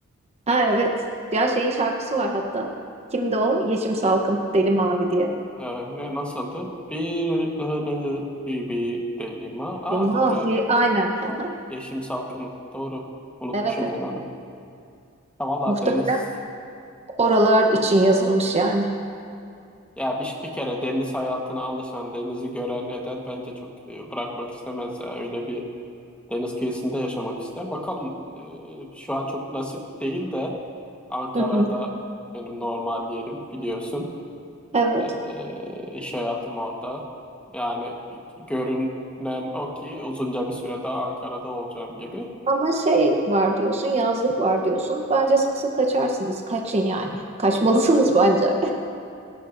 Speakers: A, on the right; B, in the centre.
A: Ha evet. Ya şeyin şarkısı var hatta. Kimdi o? Yeşim Salkım. Deli Mavi diye.
B: Ee, ne nasıldı? Bir ıhını bir bir delima. Aa
A: Deli Mavi
B: doğru evet.
A: aynen. <laughs> Aha.
B: Yeşim salkımı. Doğru. Unutmuşum
A: Evet evet.
B: ben onu. Ha, valla
A: Muhtemelen
B: deniz
A: oralar için yazılmış yani.
B: Ya bir, bir kere deniz hayatına alışan, denizi gören neden bence çok e, bırakmak istemez. ya. Öyle bir deniz kıyısında yaşamak ister. Bakalım e, şu an çok nasip değil de Ankara'da
A: Hı hı.
B: benim normal yerim biliyorsun.
A: Evet.
B: E, iş hayatım orada. Yani görünen o ki uzunca bir süre daha Ankara'da olacağım gibi.
A: Ama şey var diyorsun, yazlık var diyorsun. Bence sık sık kaçarsınız. Kaçın yani. Kaçmalısınız bence.